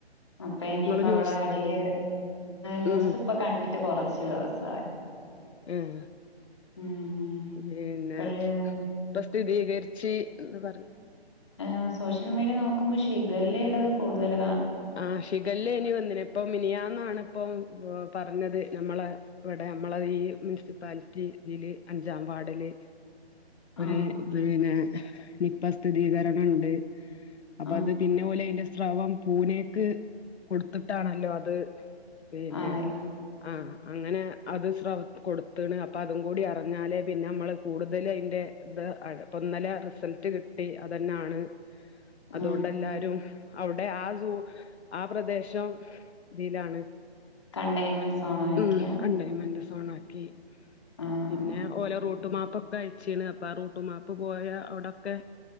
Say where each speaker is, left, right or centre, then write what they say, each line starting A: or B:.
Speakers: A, on the left; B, on the left.
A: അപ്പൊ ഇനിയിപ്പോ
B: ഇങ്ങള് ന്യൂസ്
A: അവിടെ വലിയ ന്യൂസ്
B: ഉം
A: ഇപ്പൊ കണ്ടിട്ട് കുറച്ച്. <unintelligible>
B: ഉം
A: ഉം
B: പിന്നെ
A: ഇപ്പഴ്
B: ഇപ്പൊ സ്ഥിതീകരിച്ച് എന്ന് പറഞ്ഞു.
A: അഹ് സോഷ്യൽ മീഡിയ നോക്കുമ്പോ ഷിഗെല്ലയുടേത് കൂടുതല്.
B: ആഹ് ഇനി ഷിഗെല്ല വന്നെനിപ്പം മിനിഞ്ഞാന്ന്. എന്നാണിപ്പം പറഞ്ഞത് നമ്മള് ഇവിടെ നമ്മള് ഈ മുനിസിപ്പാലിറ്റിയി തില് അഞ്ചാം വാർഡില്. ഒരു
A: ആഹ്
B: പിന്നെ നിപ്പ സ്ഥിതീകരണമുണ്ട്. അപ്പൊ
A: ആഹ്
B: അത് പിന്നെ പോലെ ഓല് ഏൽപ്പി റവും പൂനേക്ക് കൊടുത്തിട്ടാണല്ലോ അത്. പിന്നെ
A: അതെ
B: ആഹ് അങ്ങനെ. അത്ത് സ്രവം കൊടുത്തണ് അപ്പം അതും കൂടി അറിഞ്ഞാലെ പിന്നെ നമ്മൾ കൂടുതൽ അതിൻ്റെ ഇത് അപ്പം ഇന്നലെ റിസൾട്ട് കിട്ടി അത് തന്നെയാണ്. അതുകൊണ്ട്
A: ആഹ്
B: എല്ലാരും അവിടെ ആ <unintelligible> ആ പ്രദേശം ഇതിലാണ്.
A: കണ്ടെയൻമെന്റ് സോൺ ആക്കിയ
B: ഉം കണ്ടെയ്ൻമെന്റ് സോണാക്കി.
A: ആഹ്
B: പിന്നെ
A: ആഹ്
B: ഓല റൂട്ട് മാപ് പ്പൊക്കെ അഴിച്ചിണ് അപ്പ ആ റൂട്ടുമാപ്പ് പോയ അവിടൊക്കെ